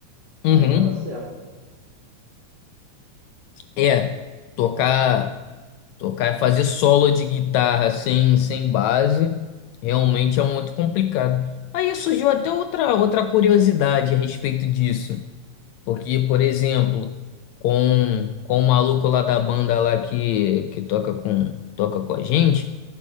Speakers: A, on the left; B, on the right.
A: Uhum.
B: Aí dava certo.
A: É, tocar, tocar, fazer solo de guitarra sem, sem base realmente é muito complicado. Aí surgiu até outra, outra curiosidade a respeito disso. Porque, por exemplo, com, com o maluco lá da banda lá que, que toca com, toca com a gente,